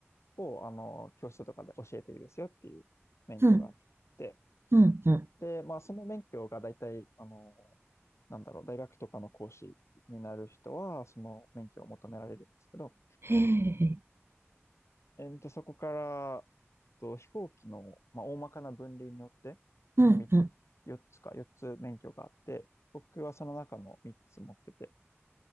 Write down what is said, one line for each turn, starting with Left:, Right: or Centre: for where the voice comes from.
Left: を、あの、教室とかで教えていいですよっていう免許があって、
Right: うん、うん、うん。
Left: で、まあ、その免許が大体、あの、なんだろう、大学とかの講師になる人は、その免許を求められるんですけど、
Right: へえ。
Left: えっと、そこから、えっと、飛行機の、まあ、大まかな分類によって、
Right: うん、
Left: えっと、み
Right: うん。
Left: 4つか、4つ免許があって、僕はその中の3つ持ってて、